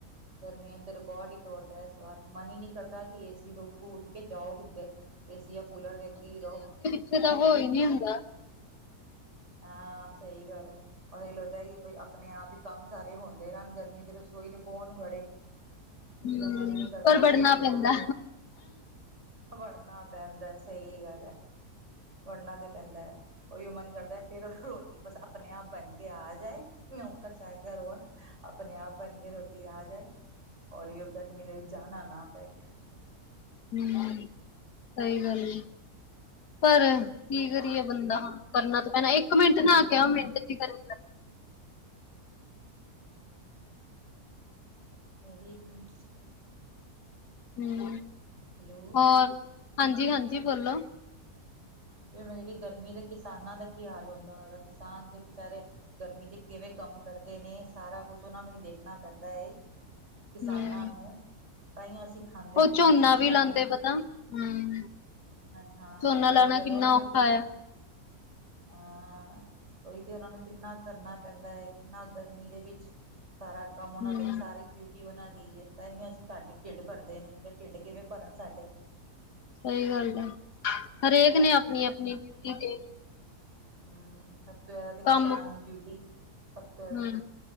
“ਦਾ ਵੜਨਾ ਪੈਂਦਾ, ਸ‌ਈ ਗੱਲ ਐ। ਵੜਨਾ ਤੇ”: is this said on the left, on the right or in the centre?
Right